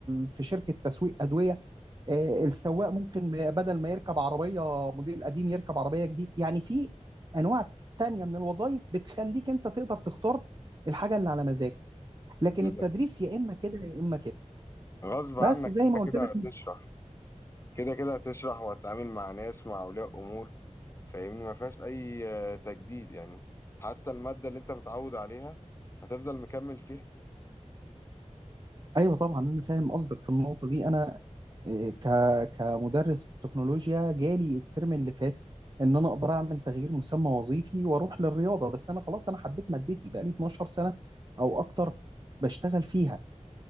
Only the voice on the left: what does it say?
لا،
غصب عنك
انت
كده
هتشرح كده كده هتشرح وهتتعامل مع ناس مع أولياء أمور فاهمني ما فيهاش أي آه، تجديد يعني حتى المادة اللي أنت متعود عليها هتفضل مكمل فيها